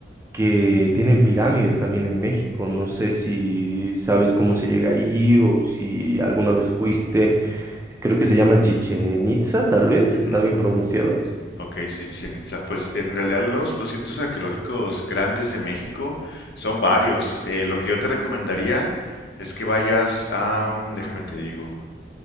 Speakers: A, on the right; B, on the left.
A: que tienen pirámides también en México. No sé si sabes cómo se llega ahí o si alguna vez fuiste. Creo que se llaman Chichen Itza, tal vez. ¿Está
B: Ujú.
A: bien pronunciado?
B: Ok, sí, Chichén Itzá. Pues en realidad los, los sitios arqueológicos grandes de México son varios. Eh, lo que yo te recomendaría es que vayas a, mm, déjame te digo,